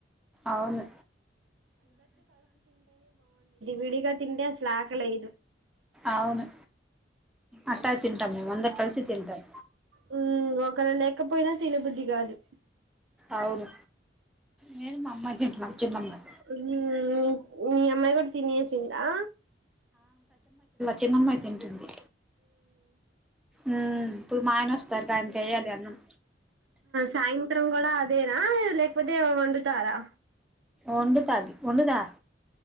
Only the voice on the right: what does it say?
విడిగా తింటే అసలు ఆకలేయదు
హ్మ్ ఒక్క లే అపోయినా తినబుద్ధ కాదు
మీ అమ్మాయి కూడా తినేసిందా
సాయంత్రం కూడా అదేనా లేకపోతే వండుతారా